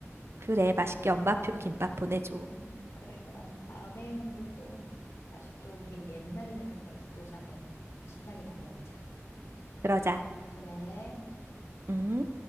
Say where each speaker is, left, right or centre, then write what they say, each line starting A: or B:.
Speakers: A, on the right; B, on the left.
A: 그래, 맛있게 엄마표 김밥 보내줘.
B: 음, 그래, 그럼. 다음에 우리 또 다시 또 우리의 옛날을 생각하면서 또 다시 한번 신나게 달려보자.
A: 그러자.
B: 그래.
A: 음.